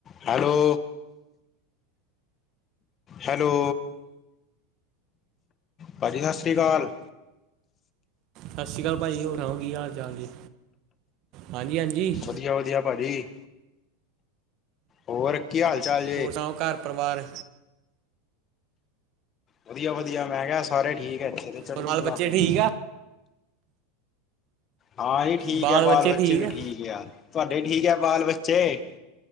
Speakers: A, on the left; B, on the right.
A: Hello hello ਭਾਜੀ ਸਾਸਰੀ ਕਾਲ।
B: ਸਾਸ਼ਰੀ ਕਾਲ ਭਾਜੀ ਹੋਰ ਸੁਨਾਓ ਕੀ ਹਾਲ-ਚਾਲ ਜੇ, ਹਾਂਜੀ-ਹਾਂਜੀ।
A: ਵਦੀਆ-ਵਦੀਆ ਭਾਜੀ। ਹੋਰ ਕੀ ਹਾਲ-ਚਾਲ
B: ਹੋਰ ਸਣਾਓ ਘਰ-ਪਰਿਵਾਰ
A: ਵਦੀਆ-ਵਦੀਆ ਮੈਂ ਕਿਆ ਸਾਰੇ ਠੀਕ ਐ ਇੱਥੇ ਤੇ ਚੜਦੀ
B: ਹੋਰ ਬਾਲ
A: ਕਲਾ
B: ਬੱਚੇ
A: ਪੂਰੀ
B: ਠੀਕ ਆ
A: ਹਾਂਜੀ ਠੀਕ
B: ਬਾਲ
A: ਇਆ ਬਾਲ-ਬੱਚੇ
B: ਬੱਚੇ
A: ਵੀ ਠੀਕ
B: ਆ
A: ਇਆ, ਤੁਹਾਡੇ ਠੀਕ ਇਆ ਬਾਲ-ਬੱਚੇ